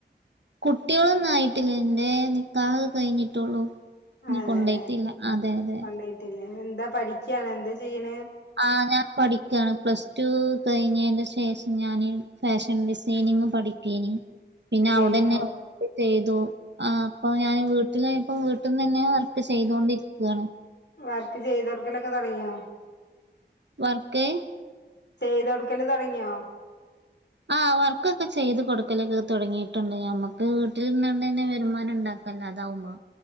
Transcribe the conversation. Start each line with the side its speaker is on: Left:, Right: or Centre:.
Right: കുട്ടികളൊന്നായിട്ടില്ല എറെ നിക്കാഹ കഴിഞ്ഞിട്ടുള്ളൂ ഇനി
Left: അതെല്ലെ
Right: കൊണ്ടോയിട്ടില്ല അതെ അതെ
Left: കൊണ്ടയിട്ടില്ലേ എന്താ പഠിക്കയാണ് എന്താ ചെയ്യണ്
Right: ആ ഞാൻ പഠിക്ക്യാണ് പ്ലസ് ടു കഴിഞ്ഞേനു ശേഷം ഞാന് ഫാഷൻ ഡിസൈനിങ് പഠി തേനി പിന്നെ അവിടന്നെ
Left: കഴിഞ്ഞോ
Right: ചെയ്തു ആ അപ്പൊ ഞാന് വീട്ടിലായപ്പോ വീട്ടിന്നന്നെ വർക്ക് ചെയ്തൊണ്ടിരിക്കുവാണ്
Left: വർക്ക് ചെയ്തർക്കലൊക്കെ തൊടങ്ങിയോ
Right: വർക്കെ
Left: ചെയ്തൊടുക്കല് തൊടങ്ങിയോ
Right: ആ വർക്കൊക്കെ ചെയ്ത് കൊടുക്കലൊക്കെ തൊടങ്ങീട്ടൊണ്ട് ഞമ്മക്ക് വീട്ടിലിരുന്നോണ്ടന്നെ വരുമാനം ഉണ്ടാക്കാം വല്ലാതാവുമ്പോ